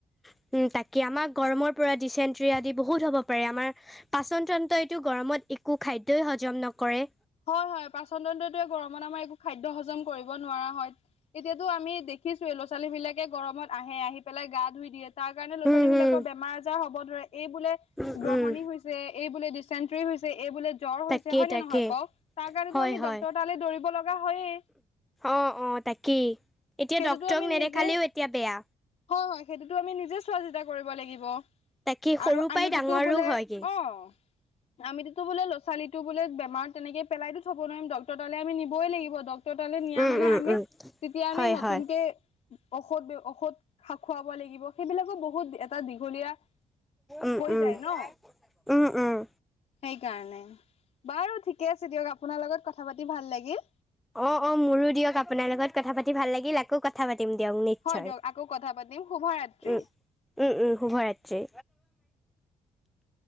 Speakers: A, in the centre; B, on the left.
A: উম, তাকে আমাৰ গৰমৰ পৰা ডিচেণ্ট্ৰি আদি বহুত হ'ব পাৰে আমাৰ পাচন তন্ত্ৰ এইটো গৰমত একো খাদ্যই হজম নকৰে
B: হয়, হয়, পাচন তন্ততটোয়ে গৰমত আমাৰ একো খাদ্যয় হজম কৰিব নোৱাৰা হয়। এতিয়াতো আমি দেখিছোয়ে ল'ৰা ছোৱালী বিলাকে গৰমত আহে আহি পেলাই গা ধুই দিয়ে তাৰ কাৰণে ল'ৰা
A: উম
B: ছোৱালী বিলাকৰ
A: হম
B: বেমাৰ আজাৰ হ'ব ধৰে, এই বোলে
A: উম
B: গ্ৰহণী
A: উম
B: হৈছে, এই বোলে ডিচেণ্ট্ৰি হৈছে এই বুলি জ্বৰ হৈছে
A: তাকেই
B: হয় নে
A: তাকেই
B: নহয় কওক, তাৰ কাৰণেতো
A: হয়
B: আমি
A: হয়
B: ডাক্তৰ তালে দৌৰিব লগা হয়েই
A: অ', অ', তাকেই এতিয়া
B: সেইটোতো
A: ডক্তৰক
B: আমি
A: নেদেখালেও
B: নিজে
A: এতিয়া বেয়া।
B: হয়, হয়, সেইটোতো আমি নিজে চোৱা চিতা কৰিব লাগিব।
A: তাকে
B: আৰু
A: সৰু
B: আমিতোতো
A: পৰাই ডাঙৰো
B: বোলে
A: হয়গে
B: অ', আমিটোতো বোলে ল' ছোৱালীটো বোলে বেমাৰ তেনেকে পেলাইতো থ'ব নোৱাৰিম ডক্টৰ তাল আমি নিবই লাগিব ডকক্তৰ তালে নিয়া
A: উম
B: মানে
A: উম
B: আমি
A: উম
B: তেতিয়া আমি
A: হয়
B: নতুনকে
A: হয়
B: ঔষধ ঔষধ খা খোৱা লাগিব সেইবিলাকো বহুত এটা দীঘলীয়া
A: উম
B: হৈ
A: উম
B: যায় ন'।
A: উম, উম,
B: সেইকাৰণে, বাৰু ঠিকে আছে দিয়ক আপোনাৰ লগত কথা পাতি ভাল লাগিল।
A: অ', অ', মোৰো দিয়ক আপোনাৰ লগত কথা পাতি ভাল লাগিল আকৌ কথা পাতি পাতিম দিয়ক নিশ্চয়
B: হয় দিয়ক আকৌ কথা পাতিম শুভৰাত্ৰি
A: উম, উম, উম, শুভ ৰাত্ৰি।
B: <inaudible>